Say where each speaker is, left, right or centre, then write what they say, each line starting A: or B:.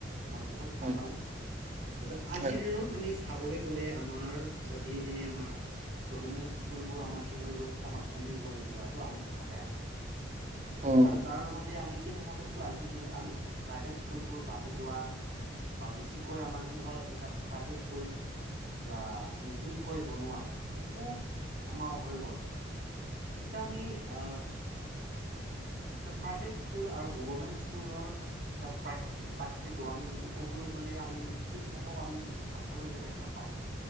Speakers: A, on the right; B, on the right.
A: মই বহুত ভাল
B: হয়
A: পালো আচ্ছা আজিৰ
B: হয় হয়
A: দিনত আমি চাবলৈ গ'লে আমাৰ যা দিনে দিনে আমাৰ গভৰ্ণমেণ্ট স্কুলবোৰ আমাৰ কি হৈ গৈ <unintelligible> আমাৰ কমি গৈ যোৱাটো আমি দেখা পাই আছো।
B: উম অ
A: আৰু তাৰ লগতে আমি কি দেখা পাইছো আজি আজিৰ দিনত আমি প্ৰাইভেট স্কুলবোৰ বাঢ়ি যোৱা বা বেছিকৈ আমাৰ কি হ'ল এতিয়া প্ৰাইভেট স্কুল যা নতুনকৈ বনোৱা বহুত আমাৰ হৈ গ'ল এতিয়া আমি আহ এতিয়া প্ৰাইভেট স্কুল আৰু গভৰ্ণমেণ্ট স্কুলৰ যে পাৰ্থক্য পাৰ্থক্য আমি এইটো ক'বলৈ গ'লে আমি কি দেখা পাওঁ আমি বহুত পাৰ্থক্য এতিয়া দেখা পাওঁ